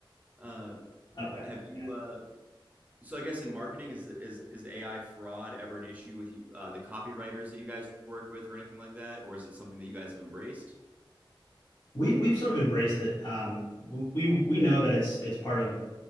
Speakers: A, on the right; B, on the left.
A: Uh,
B: okay
A: have you
B: yeah
A: uh, so I guess in marketing, is is is AI fraud ever an issue with you, uh, the copywriters that you guys work with or anything like that, or is it something that you guys have embraced?
B: we we've sort of embraced it um we we know that it's it's part of